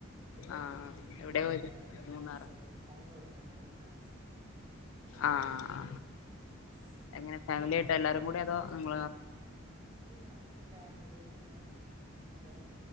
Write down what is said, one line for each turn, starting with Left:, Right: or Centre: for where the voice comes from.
Right: മൂന്നാർ
Left: ആഹ് എവിടെയാ
Right: ഇവിടെ
Left: പോയത്
Right: മാനസകൾ
Left: മൂന്നാറ്
Right: കണ്ണൂർ കണ്ണൂർ മാനസ
Left: ആ ആ ആ
Right: ഉം, അങ്ങനെ
Left: എങ്ങനെ ഫാമിലി
Right: പോയി
Left: ആയിട്ട് എല്ലാരും കൂടെ അതോ നിങ്ങ
Right: ഇല്ല ഫാമിലീ നമ്മോ എന്റെ